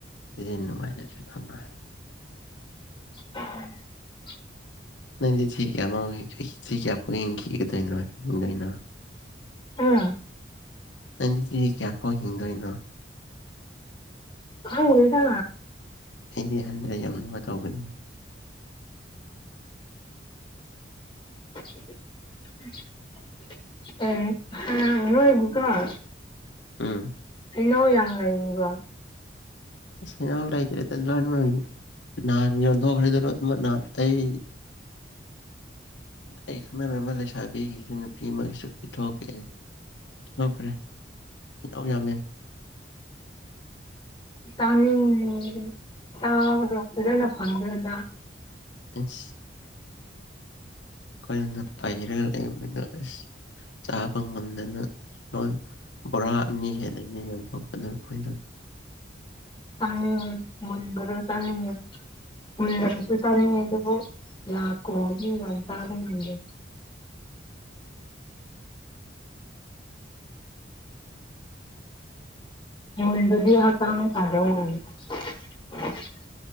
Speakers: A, on the left; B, on the left.
A: ꯊꯤ ꯅꯨꯡꯉꯥꯏꯅꯁꯦ ꯐꯝ <unintelligible>
B: <unintelligible>
A: ꯅꯪꯗꯤ ꯊꯤ ꯀꯌꯥ ꯑꯃ ꯁꯤꯒꯌꯥꯐ ꯍꯤꯡꯈꯤꯒꯗꯣꯏꯅꯣ ꯍꯤꯡꯒꯩꯅꯣ
B: ꯍꯥ
A: ꯅꯪꯗꯤ ꯆꯍꯤ ꯀꯌꯥꯐꯧ ꯍꯤꯡꯗꯣꯏꯅꯣ
B: ꯈꯪꯗꯦꯗ
A: ꯑꯩꯗꯤ ꯍꯟꯗ꯭ꯔꯦꯠ ꯌꯧꯅꯕ ꯇꯧꯒꯅꯤ
B: <unintelligible> ꯑꯦ ꯅꯣꯏ <unintelligible>
A: ꯎꯝ
B: ꯍꯩꯅꯧ ꯌꯥꯝ ꯂꯩꯔꯤꯕꯣ
A: ꯑꯁ ꯍꯩꯅꯧ ꯂꯩꯇ꯭ꯔꯦꯗ ꯂꯣꯏ ꯂꯣꯏꯒ꯭ꯔꯦ ꯅꯍꯥꯟ ꯌꯣꯟꯊꯣꯛꯈ꯭ꯔꯦꯗ ꯂꯣꯏ ꯅꯍꯥꯟ ꯑꯩ ꯑꯩ ꯈꯪꯅꯔꯝꯕ ꯂꯩꯁꯥꯕꯤꯒꯤꯁꯨ ꯅꯨꯄꯤ ꯑꯃꯒꯤꯁꯨ ꯄꯤꯊꯣꯛꯀꯦ ꯂꯧꯈ꯭ꯔꯦ ꯌꯥꯝ ꯌꯥꯝꯃꯦ
B: ꯆꯥꯅꯤꯡꯉꯦ ꯆꯥꯕꯗꯣ ꯐꯖꯅ ꯐꯪꯗꯦꯕ
A: ꯏꯁ ꯑꯈꯣꯏꯅ ꯄꯩꯔꯒ ꯂꯩꯕꯅ ꯑꯁ ꯆꯥꯕ ꯉꯝꯗꯅ <unintelligible> ꯕꯣꯔꯥ ꯑꯅꯤ ꯍꯦꯟꯅꯅꯦ ꯌꯣꯟꯊꯣꯛꯄꯗꯣ ꯑꯈꯣꯏꯅ
B: ꯆꯥꯡ ꯃꯨꯟꯕꯔꯣ ꯆꯥꯅꯤꯡꯉꯦ ꯃꯨꯟꯗꯕꯁꯨ ꯆꯥꯅꯤꯡꯉꯦ ꯑꯗꯨꯕꯨ ꯌꯥ ꯀꯨꯝꯕꯒꯤ ꯌꯥꯝ ꯆꯥꯕ ꯉꯝꯗꯦ <unintelligible>